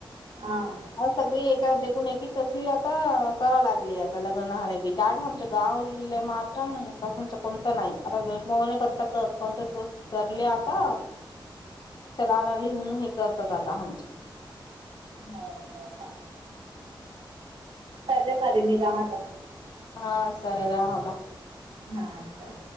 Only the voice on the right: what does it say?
हां.
हो हो का. सरे मर मी राहात.
हा असं.